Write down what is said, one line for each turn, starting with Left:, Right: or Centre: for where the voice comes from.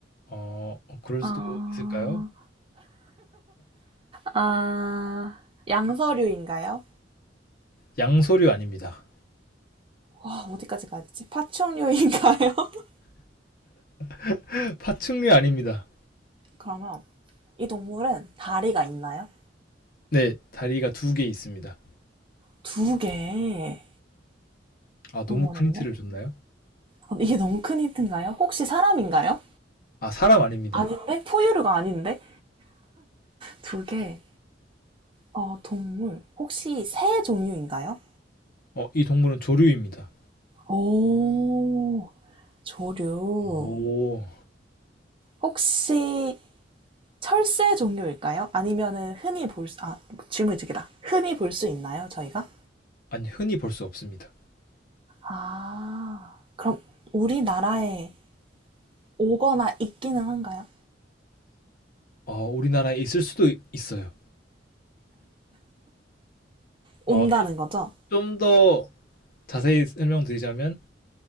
Left: 어, 어, 그럴
Right: 아,
Left: 수도 있을까요?
Right: 아, 양서류인가요?
Left: 양서류 아닙니다.
Right: 와, 어디까지 가야 되지? 파충류인가요? <laughs>
Left: <laughs> 파충류 아닙니다.
Right: 그러면 이 동물은 다리가 있나요?
Left: 네, 다리가 두 개 있습니다.
Right: 두 개.
Left: 아, 너무
Right: 너무 어렵네.
Left: 큰 힌트를 줬나요?
Right: 아, 이게 너무 큰 힌트인가요? 혹시 사람인가요?
Left: 아, 사람 아닙니다.
Right: 아닌데? 포유류가 아닌데? 두 개. 어, 동물. 혹시 새 종류인가요?
Left: 어, 이 동물은 조류입니다.
Right: 오, 조류.
Left: 오,
Right: 혹시 철새 종류일까요? 아니면은 흔히 볼 수, 아, 질문이 두 개다. 흔히 볼 수 있나요, 저희가?
Left: 아니, 흔히 볼 수 없습니다.
Right: 아, 그럼 우리나라에 오거나 있기는 한가요?
Left: 어, 우리나라에 있을 수도 이- 있어요.
Right: 온다는
Left: 어,
Right: 거죠?
Left: 좀 더 자세히 설명드리자면,